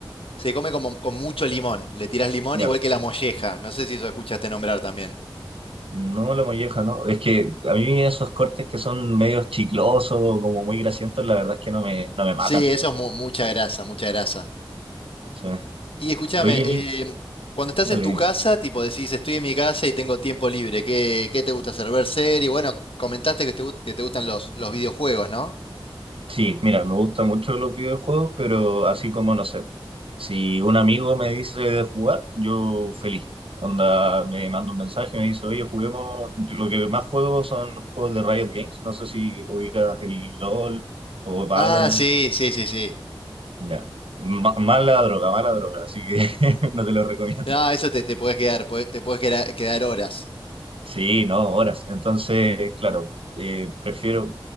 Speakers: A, on the left; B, on the right.
A: se come como con mucho limón. Le tiras limón
B: ya.
A: igual que la molleja. No sé si eso escuchaste nombrar también.
B: No, la molleja, no. Es que a mí esos cortes que son medios chiclosos, como muy grasientos, la verdad es que no me, no me matan.
A: Sí, eso es mu- mucha grasa, mucha grasa.
B: Sí.
A: Y escúchame,
B: Oye,
A: eh,
B: Nick,
A: cuando estás
B: dale,
A: en tu
B: dime.
A: casa, tipo decís, estoy en mi casa y tengo tiempo libre, ¿qué, qué te gusta hacer? Ver serie. Bueno, comentaste que te, gust- que te gustan los, los videojuegos, ¿no?
B: Sí, mira, me gustan mucho los videojuegos, pero así como no sé, po, si un amigo me dice de jugar, yo feliz. Onda, me manda un mensaje, me dice, oye, juguemos, lo que más juego son juegos de Riot Games, no sé si ubicas el LOL o Valorant,
A: Ah, sí, sí, sí, sí.
B: ya. Ma- Mala droga, mala droga, así que <laughs> no te lo recomiendo.
A: No, eso te, te puedes quedar, puede- te puedes quedar, quedar horas.
B: Sí, no, horas. Entonces, claro, eh, prefiero,